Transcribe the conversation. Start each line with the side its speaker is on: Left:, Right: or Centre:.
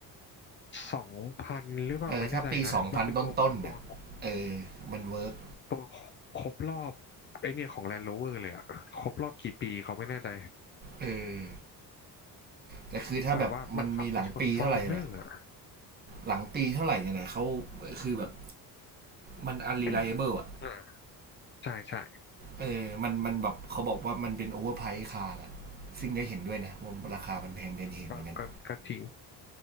Left: สองพันหรือเปล่าไม่แน่ใจนะ
Right: เออถ้าปีสองพันต้นๆน่ะเออมันเวิร์ก
Left: มันเป็นตัวตัวตัวครบรอบไอเนี่ยของ Land Rover เลยอะครบรอบกี่ปีเขาไม่แน่ใจ
Right: เออแต่คือถ้าแบบมันมีหลังปีเท่าไหร่เนี่ย
Left: คือแบบว่ามันขับไปชน Fortuner อะ
Right: หลังปีเท่าไหร่เนี่ยนะเขาคือแบบมัน
Left: <coughs>
Right: unreliable
Left: <clears throat>
Right: อ่ะ
Left: อ่า ใช่ใช่
Right: เออมันมันแบบเขาบอกว่ามันเป็น overprice คาร์ละ ซึ่งได้เห็นด้วยนะว่าราคามันแพงเกินเหตุเหมือนกัน
Left: ก็ก็ก็จริง